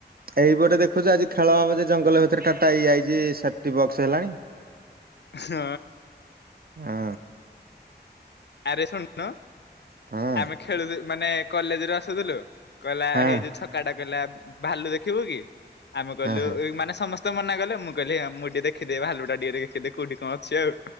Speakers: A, on the right (about 60°); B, on the left (about 75°).
A: ଏଇପଟେ ଦେଖୁଛୁ ଆଜି ଖେଳ ହବ ଯେ ଜଙ୍ଗ ଭିତରେ କାଟା ହେଇଯାଇଛି। ଟିବକ୍ସ ହେଲାଣି।
B: ହଁ।
A: ହଁ
B: ଆରେ ଶୁଣୁନୁ
A: ହଁ
B: ଆମେ ଖେଳୁ ମାନେ କଲେଜ ରୁ ଆସୁଥିଲୁ କହିଲା
A: ହଁ
B: ହେଇଯୋଉ ଛକାଟା କହିଲା ଭାଲୁ ଦେଖିବୁ କି? ଆମେ କହିଲୁ
A: ହଁ ହଁ
B: ମାନେ ସମ ମନା କଲେ ମୁଁ କହିଲି ମୁଁ ଟିକେ ଦେଖିଦିଏ ଭାଲୁ ଟା ଟିକେ ଦେଖିଦିଏ କୋଉଠି କଣ ଅଛି ଆଉ